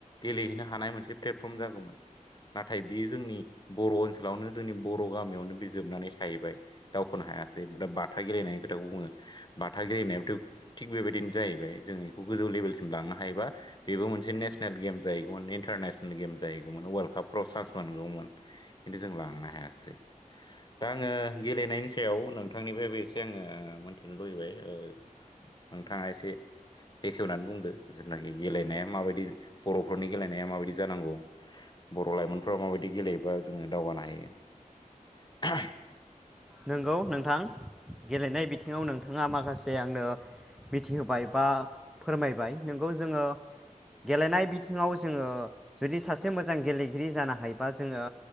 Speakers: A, on the left (about 30°); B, in the centre.
A: गेलेहैनो हानाय मोनसे प्लेटफर्म जागौमोन। नाथाय बियो जोंनि बर' ओनसोलावनो जोंनि बर' गामियावनो बे जोबनानै थाहैबाय दावखोनो हा यासै बाथा गेलेनाय बाथाखौ बुङो बाथा गेलेनायाथ' थिग बेबायदिनो जाहैबाय जों बेखौ गोजौ लेभेलसिम लांनो हायोबा बेबो मोनसे नेसनेल गेम जाहैगौमोन इन्टारनेसनेल गेम जाहैगौमोन वाल्ड कापफोराव चान्स मोनगौमोन। खिन्थु जों लांनो हायासै दा आङो गेलेनायनि सायाव नोंथांनिफ्रायबो एसे आङो ओ मोनथिनो लुबैबाय ओ नोंथाङा एसे बेखेवनानै बुंदो जेनाखि गेलेनाया माबायदि बर'फोरनि गेलेनाया माबायदि जानांगौ बर' लाइमोनफोरा माबायदि गेलेयोबा जोङो दावगानो हायो। <unintelligible>
B: नोंगौ नोंथां गेलेनाय बिथिङाव नों नोंथाङा माखासे आंनो मिथिहोबाय बा फोरमायबाय नोंगौ जोङो गेलेनाय बिथिङाव जोङो जुदि सासे मोजां गेलेगिरि जानो हायोबा जोङो